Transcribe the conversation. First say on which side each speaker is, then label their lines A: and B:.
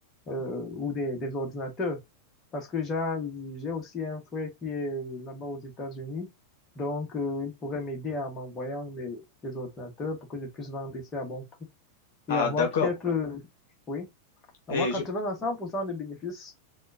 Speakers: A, on the left; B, on the left.
A: euh, ou des, des ordinateurs. Parce que j'ai j'ai aussi un frère qui est là-bas aux États-Unis, donc euh, il pourrait m'aider en m'envoyant des, des ordinateurs pour que je puisse vendre ici à bon prix et
B: Ah,
A: avoir
B: d'accord.
A: peut-être, euh, oui, avoir
B: Et
A: 80
B: je,
A: à 100% de bénéfices.